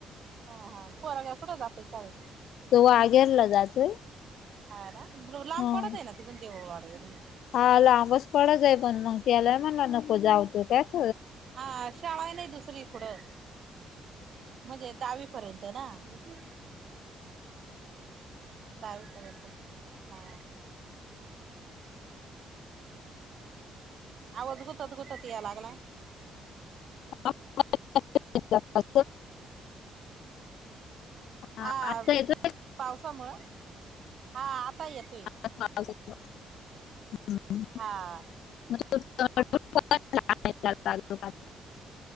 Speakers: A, on the right; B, on the left.
A: हा हा पोरग्या कुठं जाते शाळेत?
B: तो वागेरला जातोय.
A: हा ना. लांब
B: ह
A: पडतय ना, तिडुन देववाडी वरुन म.
B: हा लांबच पडतय पण मग, त्याला म्हणला नको जाऊ तो कायच.
A: हा शाळा नाही दुसरी इकडं. म्हणजे दहावी पर्यंत ना. ते. <inaudible> दावीपर्यंत. हा. ह. <inaudible> आवाज गुतत गुतत याय लागलाय.
B: <inaudible> आता
A: हा
B: येतो
A: पावसामुंळ हा आता येतोय.
B: <inaudible> हम्म. <inaudible>
A: हा,
B: <inaudible>